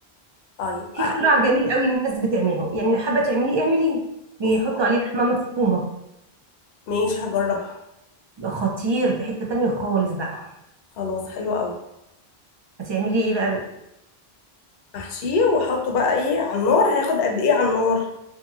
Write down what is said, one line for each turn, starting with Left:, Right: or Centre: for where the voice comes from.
Left: طيب
Right: في
Left: آه،
Right: اختراع
Left: ايه
Right: جميل قوي الناس بتعمله يعني لو حابه تعمليه اعمليه بيحطوا
Left: إيه؟
Right: عليه لحمه مفرومه
Left: ماشي هجربها
Right: بيبقى خطير في حته تانية خالص بقى
Left: خلاص حلو قوي
Right: هتعملي ايه بقى
Left: احشيه واحطه بقى ايه على النار هياخد قد ايه على النار